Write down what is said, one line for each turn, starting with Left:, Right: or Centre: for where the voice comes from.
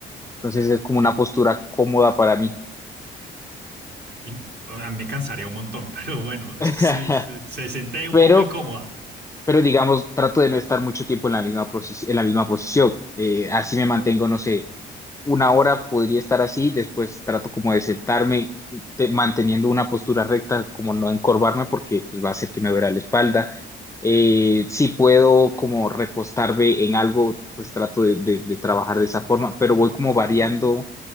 Left: Entonces es como
Right: Ok.
Left: una postura cómoda para mí.
Right: Y, a mí me cansaría un montón, <laughs> pero bueno,
Left: <laughs>
Right: sí, sí, se siente un
Left: Pero
Right: poco incómoda.
Left: pero digamos, trato de no estar mucho tiempo en la misma, posi- en la misma posición. Eh, así me mantengo, no sé, una hora podría estar así, después trato como de sentarme te- manteniendo una postura recta, como no encorvarme porque pues, va a hacer que me duela la espalda. Eh, si puedo como recostarme en algo, pues trato de, de- de trabajar de esa forma, pero voy como variando